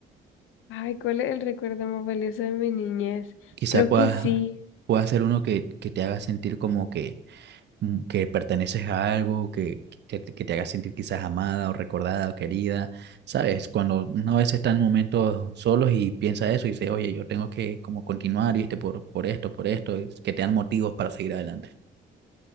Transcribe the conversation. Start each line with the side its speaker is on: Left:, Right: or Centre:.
Left: Ay, ¿cuál es el recuerdo más valioso de mi niñez?
Right: Quizás
Left: Creo
Right: puedas,
Left: que sí.
Right: pueda ser uno que, que te haga sentir como que mm, que perteneces a algo, que, que, te que te haga sentir quizás amada o recordada o querida, ¿sabes? Cuando uno a veces está en momentos solos y piensa eso y dice, oye, yo tengo que como continuar, ¿viste? Por, por esto, por esto, y que te dan motivos para seguir adelante.